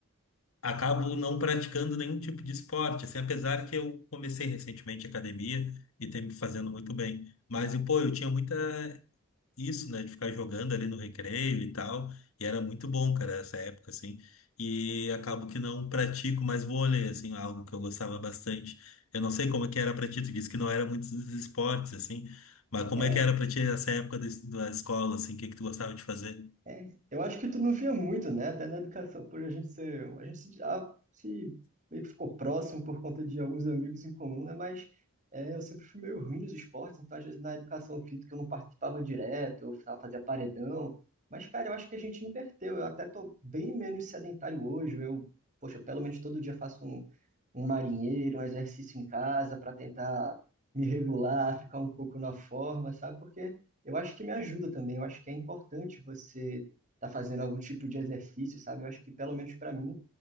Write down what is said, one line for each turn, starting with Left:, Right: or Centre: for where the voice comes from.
Left: acabo não praticando nenhum tipo de esporte, assim, apesar que eu comecei recentemente a academia e tem me fazendo muito bem. Mas, e, pô, eu tinha muita isso, né, de ficar jogando ali no recreio e tal, e era muito bom, cara, essa época, assim, e acabo que não pratico mais vôlei, assim, algo que eu gostava bastante. Eu não sei como é que era pra ti, tu disse que não era muito dos esportes, assim, mas como
Right: É,
Left: é que era pra ti essa época da, es- da escola, assim, o que que tu gostava de fazer?
Right: É, eu acho que tu não via muito, né? Até na educação, por a gente ser, a gente se, ah, se meio que ficou próximo por conta de alguns amigos em comum, né? Mas é, eu sempre fui meio ruim nos esportes, então às vezes na educação física eu não participava direto, eu fa- fazia paredão. Mas, cara, eu acho que a gente inverteu. Eu até tô bem menos sedentário hoje. Eu, poxa, pelo menos todo dia faço um, um marinheiro, um exercício em casa para tentar me regular, ficar um pouco na forma, sabe? Porque eu acho que me ajuda também. Eu acho que é importante você estar fazendo algum tipo de exercício, sabe? Eu acho que, pelo menos para mim,